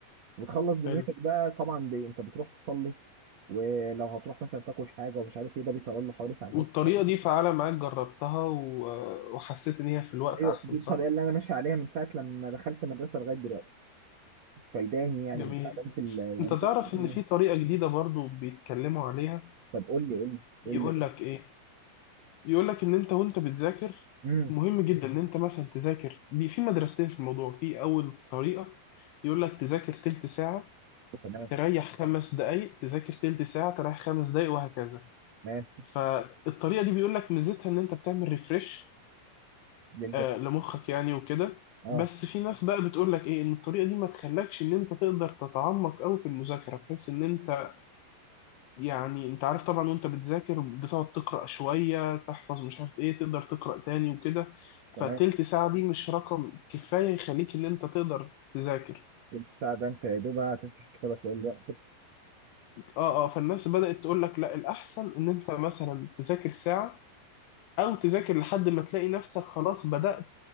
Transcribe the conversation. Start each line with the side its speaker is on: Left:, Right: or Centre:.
Right: وتخلص دنيتك
Left: حلو
Right: بقى طبعا ب... انت بتروح تصلي ولو هتروح مثلا تاكل حاجة ومش عارف ايه ده بيطلع له حوالي ساعتين
Left: والطريقة
Right: ثلاثة
Left: دي فعالة معاك جربتها و... وحسيت إن هي في الوقت
Right: ايوه
Left: أحسن
Right: دي الطريقة
Left: صح؟
Right: اللي انا ماشي عليها من ساعة لما دخلت المدرسة لغاية دلوقتي فايداني يعني
Left: جميل
Right: مساعداني في ال... وبتحفظ
Left: أنت تعرف
Right: كمان.
Left: إن في طريقة جديدة برضو بيتكلموا عليها
Right: طب قول لي قول
Left: يقول
Right: لي
Left: لك إيه؟ يقول لك ان انت وانت بتذاكر
Right: امم
Left: مهم جدا ان انت مثلا تذاكر بي- في مدرستين في الموضوع في اول طريقه يقول لك تذاكر تلت ساعه
Right: تمام
Left: تريح خمس دقائق تذاكر تلت ساعه تريح خمس دقائق وهكذا
Right: تمام
Left: فالطريقه دي بيقول لك ميزتها ان انت بتعمل ريفرش
Right: للذاكرة
Left: آه لمخك يعني وكده
Right: اه
Left: بس في ناس بقى بتقول لك ايه ان الطريقه دي ما تخلكش ان انت تقدر تتعمق قوي في المذاكره بحيث ان انت يعني انت عارف طبعا وانت بتذاكر بتقعد تقرأ شوية تحفظ مش عارف ايه تقدر تقرأ تاني وكده
Right: تمام
Left: فتلت ساعة دي مش رقم كفاية يخليك ان انت تقدر تذاكر
Right: تلت ساعة ده أنت يا دوب هتفتح الكتاب هتلاقي الوقت خلص
Left: اه اه فالناس بدأت تقول لك لا الأحسن ان انت مثلا تذاكر ساعة او تذاكر لحد ما تلاقي نفسك خلاص بدأت